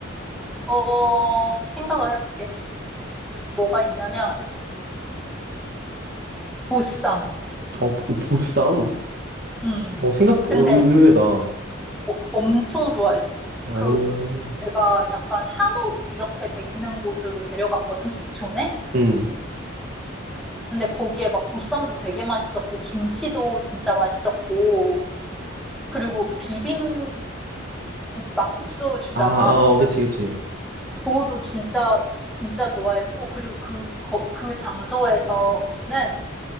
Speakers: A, in the centre; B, on the right.
A: 어, 생각을 해볼게. 뭐가 있냐면, 보쌈.
B: 어, 보- 보쌈?
A: 음.
B: 어, 생각 의외다.
A: 근데 어- 엄청 좋아했어.
B: 어,
A: 그, 내가 약간 한옥 이렇게 돼 있는 곳으로 데려갔거든, 북촌에.
B: 음,
A: 근데 거기에 막 보쌈도 되게 맛있었고, 김치도 진짜 맛있었고, 그리고 비빔 국, 막국수 주잖아.
B: 아, 어, 그치, 그치.
A: 그거도 진짜, 진짜 좋아했고, 그리고 그, 거, 그 장소에서는